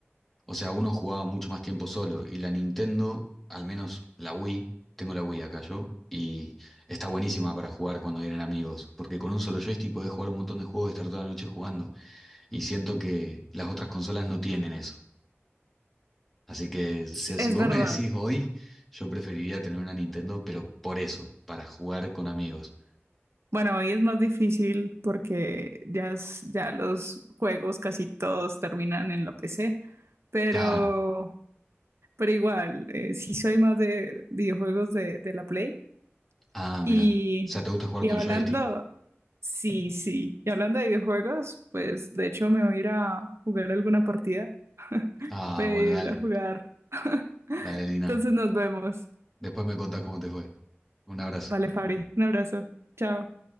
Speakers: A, in the centre; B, on the right.
A: o sea, uno jugaba mucho más tiempo solo y la Nintendo, al menos la Wii, tengo la Wii acá yo, y está buenísima para jugar cuando vienen amigos, porque con un solo joystick podés jugar un montón de juegos y estar toda la noche jugando, y siento que las otras consolas no tienen eso. Así que, o sea,
B: Es es
A: si vos
B: verdad.
A: me decís hoy, yo preferiría tener una Nintendo, pero por eso, para jugar con amigos.
B: Bueno, hoy es más difícil porque ya, es- ya los juegos casi todos terminan en la PC, pero,
A: Claro.
B: pero igual, eh, sí soy más de videojuegos de, de la Play.
A: Ah,
B: Y,
A: mira. O sea, ¿te gusta jugar
B: y
A: con
B: hablando,
A: joystick?
B: sí, sí, y hablando de videojuegos, pues de hecho me voy a ir a jugar alguna partida. <laughs>
A: Ah,
B: Voy a
A: bueno, dale.
B: ir a jugar. <laughs>
A: Dale, Lina.
B: Entonces nos vemos.
A: Después me contás cómo te fue. Un abrazo.
B: Vale, Fabri, un abrazo. Chao.